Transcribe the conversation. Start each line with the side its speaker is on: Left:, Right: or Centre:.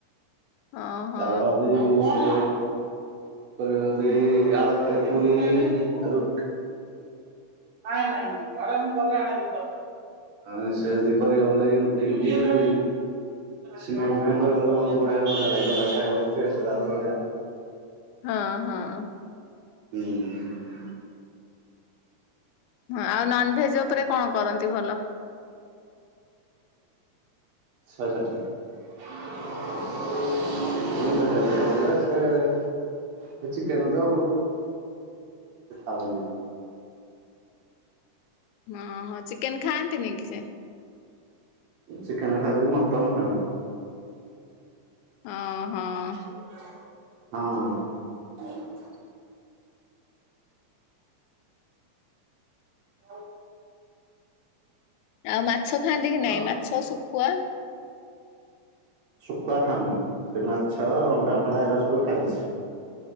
Left: ଓହୋ
Right: ତାର ବି ସେ କରିବେ ଯଦି ଆଳୁ ପୁରି ରୁ ନାଇଁ ନାଇଁ ଘରେ ମୁଁ ଗଲେ ଆଣିଦେବି ଦର ଆଉ ସେ ଯଦି କରିବାକୁ ବଲେ ରୁଟି କି ଇଏ ସିମେଇ ଫିମେଇ। କରିବାଲେ ବହୁତ ବଢିଆ ମଜା ଲାଗିବ ଖାଇବାକୁ ବି ଟେଷ୍ଟ ତାର ବି ବଢିଆ।
Left: ହଁ ହଁ।
Right: ହୁଁ।
Left: ହଁ ଆଉ ନନଭେଜ ଉପରେ କଣ କରନ୍ତି ଭଲ?
Right: ଶହେ ଷାଠିଏ। <unintelligible> ସେ ଚିକେନ ତ ଆଉ
Left: ହଁ ହଁ ଚିକେନ ଖାଆନ୍ତିନି କି ସେ?
Right: ଚିକେନ ଖାଉଛି ମଟନ ଖାଉନି।
Left: ହଁ ହଁ।
Right: ହଁ। ହଉ।
Left: ଆଉ ମାଛ ଖାଆନ୍ତି କି
Right: ହଁ
Left: ନାଇଁ ମାଛ ଶୁଖୁଆ?
Right: ଶୁଖୁଆ ଖାଉନି। ସେ ମାଛ ଅଣ୍ଡା ଫଣ୍ଡା ଏରା ସବୁ ଖାଉଚି।